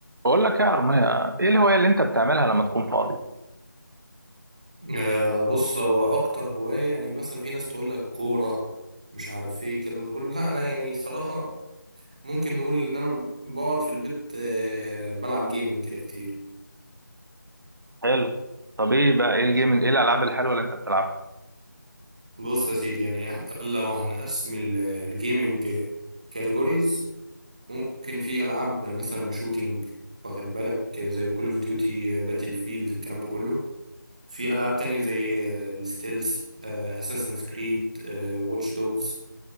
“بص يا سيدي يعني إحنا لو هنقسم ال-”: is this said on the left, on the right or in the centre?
Right